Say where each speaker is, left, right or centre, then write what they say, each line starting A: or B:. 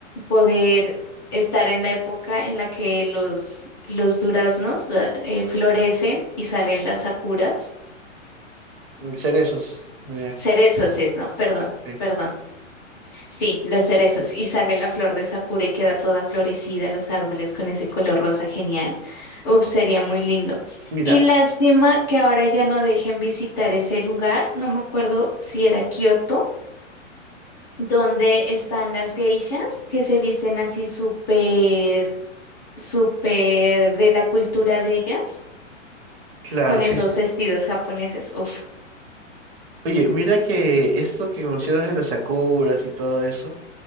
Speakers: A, on the left; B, on the right.
A: poder estar en la época en la que los, los duraznos la- eh, florecen y salen las sakuras,
B: Cerezos. Mira,
A: cerezos es, ¿no? Perdón,
B: sí.
A: perdón. Sí, los cerezos. Y sale la flor de Sakura y queda toda florecida los árboles con ese color rosa genial. Uf, sería muy lindo.
B: Mira,
A: Y lástima que ahora ya no dejen visitar ese lugar, no me acuerdo si era Kioto, donde están las geishas que se visten así súper, súper de la cultura de ellas,
B: claro,
A: con
B: sí.
A: esos
B: sí.
A: vestidos japoneses. Uf,
B: Oye, mira que esto que mencionas de las sakuras y todo eso,